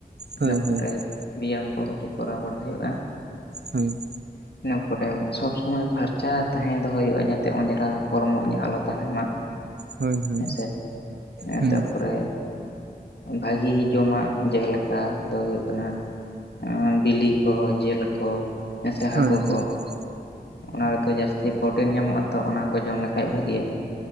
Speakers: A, on the right; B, on the left.
A: ᱦᱳᱭ
B: ᱤᱱᱟᱹ ᱯᱚᱨᱮ
A: ᱦᱳᱭ
B: ᱠᱟᱹᱴᱤᱡ ᱵᱮᱭᱟᱢ ᱠᱚ ᱠᱟᱹᱴᱤᱡ ᱠᱚᱨᱟᱣ ᱵᱟᱲᱟ ᱦᱩᱭᱩᱜᱼᱟ᱾
A: ᱦᱩᱭ᱾
B: ᱴ ᱤᱱᱟᱹ ᱠᱚᱛᱮ ᱥᱚᱵᱽ ᱥᱚᱢᱚᱭ ᱯᱷᱟᱨᱪᱟ ᱛᱟᱦᱮᱸ ᱫᱚᱦᱚᱭ ᱦᱩᱭᱩᱜᱼᱟ ᱡᱟᱛᱮ ᱚᱸᱡᱽᱨᱟ ᱦᱚᱲᱢᱚ ᱤᱧᱟᱹᱜ ᱟᱞᱚ ᱛᱟᱦᱮᱸᱱ ᱢᱟ᱾
A: ᱦᱳᱭ ᱦᱳᱭ ᱦᱳᱭ
B: ᱦᱮᱸᱥᱮ ᱮᱸ
A: ᱦᱩᱸ
B: ᱛᱟᱨᱯᱚᱨᱮ ᱵᱷᱟᱜᱤ ᱡᱚᱢᱟᱜ ᱡᱮᱞᱮ ᱠᱟ ᱫᱚ ᱦᱩᱭᱩᱜ ᱠᱟᱱᱟ ᱮᱸ ᱵᱤᱞᱤ ᱠᱚ ᱡᱤᱞ ᱠᱚ ᱦᱮᱸ ᱥᱮ ᱦᱟᱹᱠᱩ
A: ᱦᱳᱭ ᱦᱳᱭ
B: ᱠᱚ᱾ ᱚᱱᱟ ᱨᱮᱫᱚ ᱡᱟᱹᱥᱛᱤ ᱯᱨᱳᱚᱴᱤᱱ ᱧᱟᱢᱚᱜᱼᱟ ᱛᱚ ᱚᱱᱟ ᱠᱚ ᱡᱚᱢ ᱞᱮᱠᱷᱟᱡ ᱵᱷᱟᱜᱤᱭᱟ